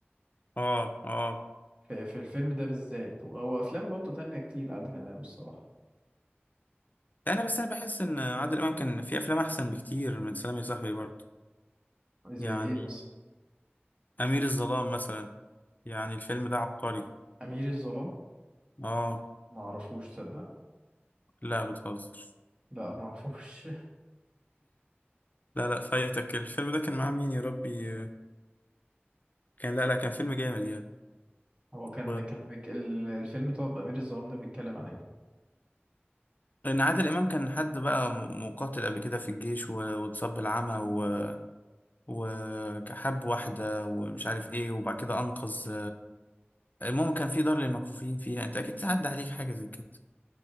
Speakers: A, on the left (about 45°); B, on the right (about 25°).
A: اه اه
B: في, في الفيلم ده بالذات وهو افلام برضه تانية كتير لعادل امام الصراحه
A: أنا بس أنا بحس إن عادل إمام كان في أفلام أحسن بكتير من سلام يا صاحبي برضه
B: زي
A: يعني
B: ايه مثلا
A: أمير الظلام مثلا يعني الفيلم ده عبقري
B: امير الظلام
A: آه
B: ما اعرفوش تصدق
A: لا بتهزر
B: لا ما اعرفوش
A: لا لا فايتك الفيلم ده كان معاه مين يا ربي كان لا لا كان فيلم جامد يعني
B: <laughs> هو كان
A: و-
B: كان بيك... ال- الفيلم طب امير الظلام ده بيتكلم عن ايه
A: لأن عادل إمام كان حد بقى م- مقاتل قبل كده في الجيش و- واتصاب بالعمى و- وحب واحدة ومش عارف إيه وبعد كده أنقذ المهم كان في دار للمكفوفين فيها أنت أكيد عدى عليك حاجة زي كده